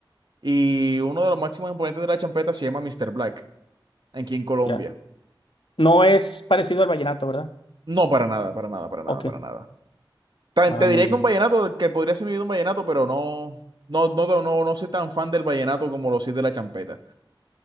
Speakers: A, on the right; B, on the left.
A: Y uno de los máximos exponentes de la champeta se llama Mr. Black aquí en Colombia.
B: ya. No es parecido al vallenato, ¿verdad?
A: No, para nada, para nada, para nada,
B: Ok.
A: para nada. Ta-
B: Ah,
A: Te diré
B: muy bien.
A: que un vallenato, que podría ser mi vida un vallenato, pero no, no, no, no, no no soy tan fan del vallenato como lo soy de la champeta.